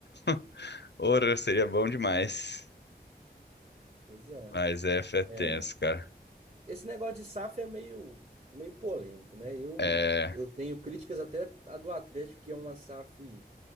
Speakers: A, on the left; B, on the right.
A: <laughs> Ora, seria bom demais.
B: Pois é.
A: Mas é, é tenso,
B: é.
A: cara.
B: Esse negócio de SAF é meio, é meio polêmico, né? Eu,
A: É,
B: eu tenho críticas até a do Atlético, que é uma SAF